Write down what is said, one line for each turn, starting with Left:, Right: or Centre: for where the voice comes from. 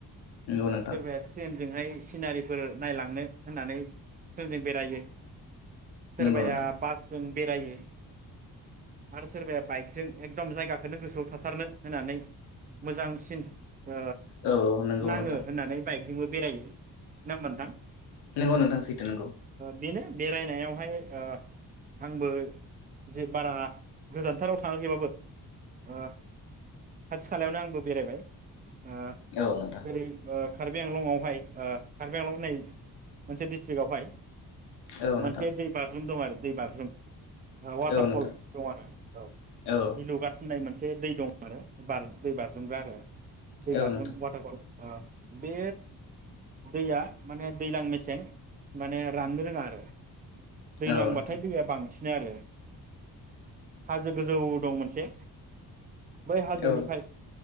Left: नंगौ नोंथां
Right: सोरबाया ट्रेनजोंहाय सिनारिफोर नायलांनो होननानै ट्रेन जों बेरायो। सोरबाया
Left: नंगौ नोंथां
Right: बासजों बेरायो आरो सोरबाया बाइकजों एकदम जायगा होनो गोसोआव थाथारनो होननानै मोजांसिन ओ
Left: औ औ नंगौ
Right: नाङो
Left: नोंथां
Right: होननानै बाइकजोंबो बेरायो। नाममोनथां
Left: नोंगौ नोंथां सैथो नोंगौ।
Right: बेनो बेरायनायावहाय ओ आंबो जे बारा गोजानथाराव थाङाखैबाबो ओ खाथि खालायावनो आंबो बेरायबाय ओ
Left: औ नोंथां
Right: जेरै ओ कार्बि आंलंआवहाय कारबि आंलं होननाय मोनसे डिस्ट्रिक्टआवहाय
Left: औ नोंथां
Right: मोनसे दै बाजरुम दं आरो। दै बाज्रुम वाटारफल
Left: औ नोंथां
Right: दं आरो औ
Left: औ
Right: मिनुगा नाय मोनसे दै दं आरो दै बारजुमग्रा आरो दै
Left: औ
Right: बाज्रुम
Left: नोंथां औ नोंथां
Right: वाटार फल बे दैया माने दैलां मेसें माने राननो रोङा आरो दैलांबाथाय
Left: औ नोंथां
Right: दैया बांसि नो आरो हाजो गोजौ दं मोनसे बै हाजोनिफ्राय
Left: औ